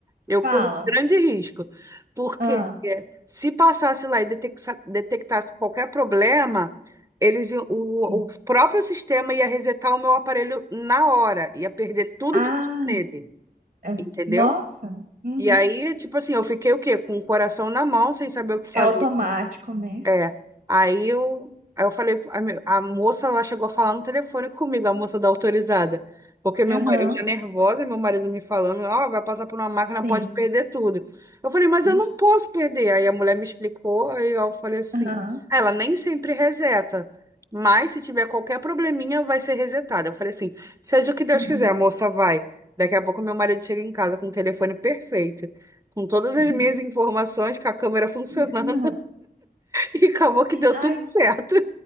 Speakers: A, on the right; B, on the right.
A: Eu
B: fala.
A: corro um grande risco, porque
B: Ah,
A: é, se passasse lá e detectasse, detectasse qualquer problema, eles, iam- o,
B: sim.
A: o próprio sistema ia resetar o meu aparelho na hora, ia perder tudo
B: ah,
A: que tinha nele,
B: é-
A: entendeu?
B: nossa. Uhum.
A: E aí, tipo assim, eu fiquei o quê? Com o coração na mão, sem saber o que fazer.
B: É automático, né?
A: É, aí eu, aí eu falei, a, me- a moça lá chegou a falar no telefone comigo, a moça da autorizada, porque meu
B: Aham,
A: marido, eu já nervosa, meu marido me falando, ó, vai passar por uma máquina,
B: sim.
A: pode perder tudo. Eu falei, mas eu
B: Ixi,
A: não posso perder. Aí a mulher me explicou, aí eu falei assim,
B: Aham.
A: "Ah, ela nem sempre reseta, mas se tiver qualquer probleminha, vai ser resetada. Eu falei assim, seja o que Deus
B: Uhum.
A: quiser, a moça vai. Daqui a pouco meu marido chega em casa com o telefone perfeito, com todas as
B: Uhum.
A: minhas informações, com a câmera <laughs> funcionando.
B: <laughs>
A: E acabou que deu
B: Ai,
A: tudo certo.